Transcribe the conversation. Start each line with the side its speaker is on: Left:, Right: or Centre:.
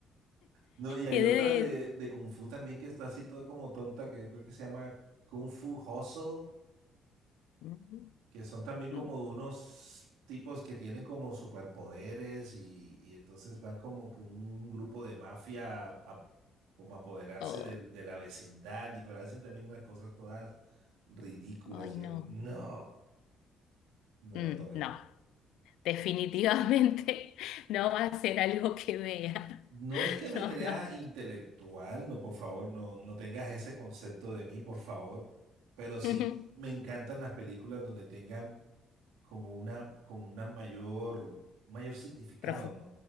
Right: No, y hay
Left: Quedé
Right: otra
Left: de...
Right: de, de Kung Fu también que está así toda como tonta, que creo que se llama Kung Fu Hustle
Left: mm,
Right: que son también como
Left: mm,
Right: unos tipos que tienen como superpoderes y, y entonces van como que un grupo de mafia a, a- como a apoderarse
Left: oh,
Right: del- de, la vecindad y pero hacen también unas cosas todas ridículas
Left: ay,
Right: y yo
Left: no.
Right: no, no
Left: Mm,
Right: lo tolero.
Left: no, definitivamente <laughs> no va a ser algo que vea.
Right: No
Left: <laughs>
Right: es que me
Left: No,
Right: crea
Left: no.
Right: intelectual, no, por favor, no, no tengas ese concepto de mí, por favor, pero sí
Left: Ujú.
Right: me encantan las películas donde tengan como una, como una mayor, mayor significado,
Left: Profu-
Right: ¿no?